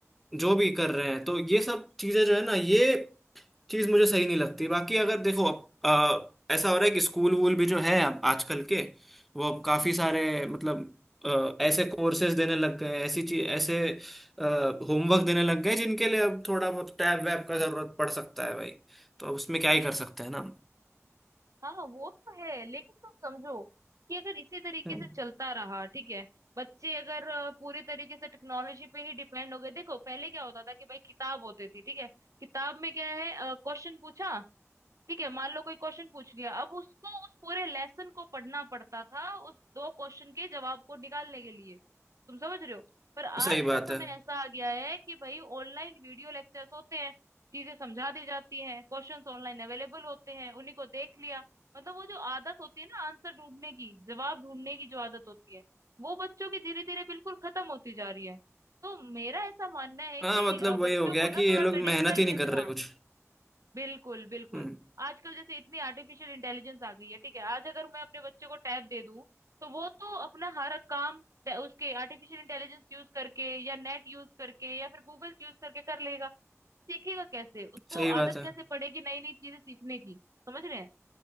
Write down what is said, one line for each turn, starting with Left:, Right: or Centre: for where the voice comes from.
Centre: जो भी
Right: हम्म
Centre: कर रहे हैं तो ये सब चीजें जो है ना ये चीज मुझे सही नहीं लगती बाकी अगर देखो अब अ, ऐसा हो रहा है कि स्कूल वूल भी जो है अब आजकल के वो अब काफी
Right: हम्म
Centre: सारे मतलब अ, ऐसे कोर्सेज देने लग गए हैं, ऐसी चीज ऐसे होमवर्क देने लग गए जिनके लिए अब थोड़ा बहुत टैब वैब का जरूरत पड़ सकता है भाई तो अब उसमें क्या ही कर सकते हैं ना हम।
Right: हाँ वो तो है लेकिन तुम समझो कि अगर इसी तरीके
Centre: हम्म
Right: से चलता रहा ठीक है बच्चे अगर अ, पूरी तरीके से टेक्नोलॉजी पे ही डिपेंड हो गए देखो पहले क्या होता था कि भाई किताब होती थी ठीक है किताब में क्या है क्वेश्चन पूछा ठीक है मान लो कोई क्वेश्चन पूछ गया अब उसको उस पूरे लेसन को पढ़ना पड़ता था उस दो क्वेश्चन के जवाब को निकालने के लिए तुम समझ रहे हो पर आज
Centre: सही बात
Right: का समय
Centre: है
Right: ऐसा आ गया है कि भाई ऑनलाइन वीडियो लेक्चर्स होते हैं चीजें समझा दी जाती हैं क्वेश्चंस ऑनलाइन अवेलेबल होते हैं उन्हीं को देख लिया मतलब वो जो आदत होती है ना आंसर ढूंढने की जवाब ढूंढने की जो आदत होती है वो बच्चों की धीरे धीरे बिल्कुल खत्म होती जा रही है तो मेरा ऐसा मानना है
Centre: हाँ
Right: कि
Centre: मतलब
Right: अ, बच्चों
Centre: वही हो गया
Right: को
Centre: कि
Right: ना
Centre: ये
Right: थोड़ा
Centre: लोग
Right: ट्रेडिशनल
Centre: मेहनत ही
Right: वे
Centre: नहीं
Right: में
Centre: कर रहे
Right: हाँ
Centre: कुछ
Right: बिल्कुल बिल्कुल
Centre: हम्म
Right: आजकल जैसे इतनी आर्टिफिशियल इंटेलिजेंस आ गई है ठीक है आज अगर मैं अपने बच्चे को टैब दे दूं तो वो तो अपना हर काम टै- उसके आर्टिफिशियल इंटेलिजेंस यूज करके या नेट यूज करके या फिर गूगल यूज करके कर लेगा सीखेगा कैसे उसको
Centre: सही बात
Right: आदत
Centre: है
Right: कैसे पड़ेगी नई नई चीजें सीखने की समझ रहे हैं